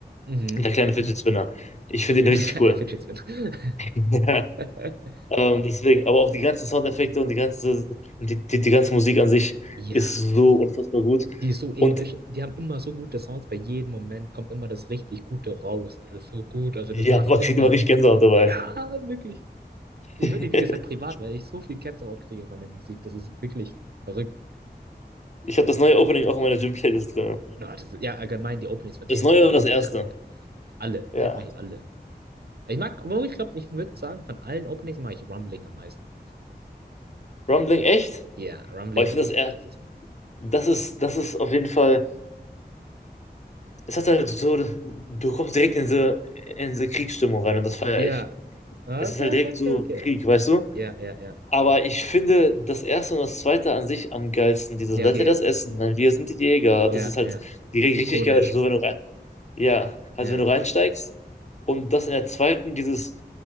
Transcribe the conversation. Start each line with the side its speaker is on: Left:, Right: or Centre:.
Right: Mhm.
Left: Der kleine Fidget Spinner. Ich
Right: <laughs>
Left: finde ihn
Right: Der
Left: richtig
Right: kleine
Left: cool.
Right: Fidget Spinner.
Left: <laughs>
Right: <laughs> <laughs>
Left: Ähm, deswegen, aber auch die ganzen Soundeffekte und die ganze, die, die, die ganze Musik an sich
Right: Ja,
Left: ist so unfassbar gut.
Right: die ist so episch.
Left: Und
Right: Die haben immer so gute Sounds. Bei jedem Moment kommt immer das richtig Gute raus. Das ist so gut. Also
Left: ja,
Right: das passt
Left: man
Right: immer.
Left: kriegt immer richtig Gänsehaut dabei.
Right: Ja, wirklich. Ich
Left: <laughs>
Right: höre die, wie gesagt, privat, weil ich so viel Gänsehaut kriege von der Musik. Das ist wirklich verrückt.
Left: Ich habe das neue Opening auch in meiner Gym-Playlist drin.
Right: Na, das ist, ja, allgemein die Openings von denen
Left: Das neue
Right: auch
Left: und das erste.
Right: krank. Alle.
Left: Ja.
Right: Ich habe eigentlich alle. Ich mag, aber ich glaube, ich würde sagen, von allen Openings mag ich Rumbling am meisten.
Left: Rumbling, echt?
Right: Ja, Rumbling
Left: Oh, ich
Right: finde
Left: finde das
Right: ich
Left: eher.
Right: am krassesten.
Left: Das ist, das ist auf jeden Fall. Es hat halt so. Du kommst direkt in diese, in diese Kriegsstimmung rein und das feiere
Right: Ja.
Left: ich.
Right: Ah,
Left: Es
Right: Okay,
Left: ist halt
Right: okay,
Left: direkt
Right: okay,
Left: so
Right: okay.
Left: Krieg, weißt du?
Right: Ja, ja, ja.
Left: Aber ich finde das erste und das zweite an sich am geilsten. Dieses,
Right: Ja,
Left: seid
Right: okay.
Left: ihr das Essen?
Right: Das,
Left: Nein, wir sind die Jäger.
Right: ja,
Left: Das ist halt
Right: ja.
Left: direkt
Right: Ikonisch.
Left: richtig geil. Also so, wenn du rein, ja, also
Right: Ja,
Left: wenn du reinsteigst und das in der zweiten, dieses,